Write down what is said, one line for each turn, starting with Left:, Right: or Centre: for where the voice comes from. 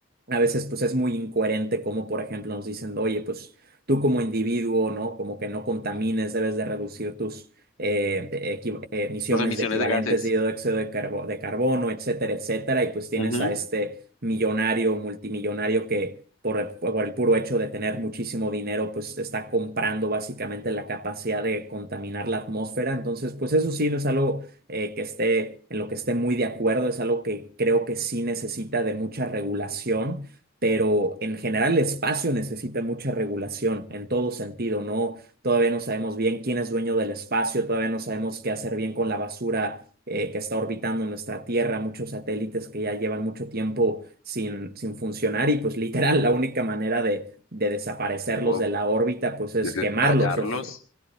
Right: A veces pues es muy incoherente como por ejemplo nos dicen, oye, pues tú como individuo, ¿no? Como que no contamines, debes de reducir tus eh, de- equi- eh, emisiones
Left: Sus emisiones
Right: de equivalentes
Left: de gases.
Right: de dióxido de, carbo- de carbono, etcétera, etcétera. Y pues tienes
Left: Ujú.
Right: a este millonario, multimillonario que por el, por el puro hecho de tener muchísimo dinero, pues está comprando básicamente la capacidad de contaminar la atmósfera. Entonces, pues eso sí no es algo eh, que esté, en lo que esté muy de acuerdo, es algo que creo que sí necesita de mucha regulación, pero en general el espacio necesita mucha regulación en todo sentido, ¿no? Todavía no sabemos bien quién es dueño del espacio, todavía no sabemos qué hacer bien con la basura. eh, que está orbitando en nuestra Tierra, muchos satélites que ya llevan mucho tiempo sin, sin funcionar y pues literal la única manera de, de desaparecerlos
Left: No,
Right: de la órbita pues es
Left: desde
Right: quemarlos,
Left: tallarlos.
Right: o- o-